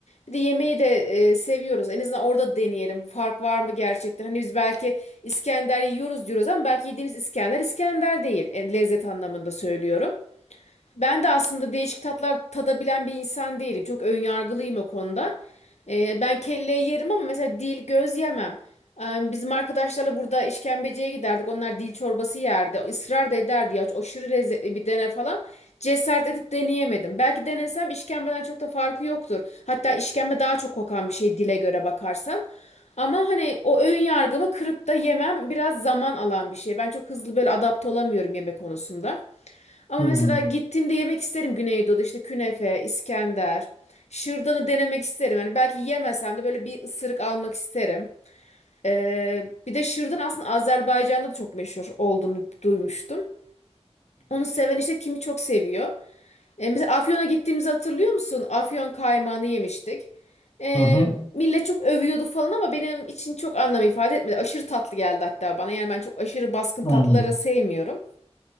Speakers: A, on the left (about 80°); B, on the left (about 40°).
A: Bir de yemeği de e, seviyoruz. En azından orada deneyelim. Fark var mı gerçekten? Hani biz belki İskender yiyoruz diyoruz ama belki yediğimiz İskender İskender değil. Yani lezzet anlamında söylüyorum. Ben de aslında değişik tatlar tadabilen bir insan değilim. Çok önyargılıyım o konuda. Ee, ben kelleyi yerim ama mesela dil, göz yemem. Ee, bizim arkadaşlarla burada işkembeciye giderdik. Onlar dil çorbası yerdi. Israr da ederdi ya aşırı lezzetli bir dene falan. Cesaret edip deneyemedim. Belki denesem işkembeden çok da farkı yoktur. Hatta işkembe daha çok kokan bir şey dile göre bakarsan. Ama hani o ön yargımı kırıp da yemem biraz zaman alan bir şey. Ben çok hızlı böyle adapte olamıyorum yemek konusunda. Ama
B: Hı
A: mesela
B: hı.
A: gittiğimde yemek isterim Güneydoğu'da işte künefe, İskender. Şırdanı denemek isterim. Yani belki yemesem de böyle bir ısırık almak isterim. Ee, bir de şırdan aslında Azerbaycan'da da çok meşhur olduğunu duymuştum. Onu seven işte kimi çok seviyor. Ee, mesela Afyon'a gittiğimizi hatırlıyor musun? Afyon kaymağını yemiştik. Ee,
B: Hı hı.
A: millet çok övüyordu falan ama benim için çok anlam ifade etmedi. Aşırı tatlı geldi hatta bana. Yani ben çok aşırı baskın
B: Aynen.
A: tatlıları sevmiyorum.